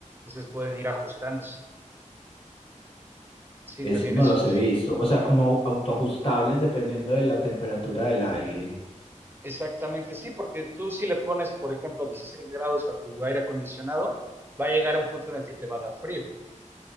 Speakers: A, on the right; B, on the left.
A: Entonces pueden ir ajustándose. Sí,
B: esos
A: también
B: no
A: esos.
B: los he visto. O sea, como au- autoajustables dependiendo de la temperatura del aire.
A: Exactamente, sí, porque tú si le pones, por ejemplo, 16 grados a tu aire acondicionado, va a llegar a un punto en el que te va a dar frío,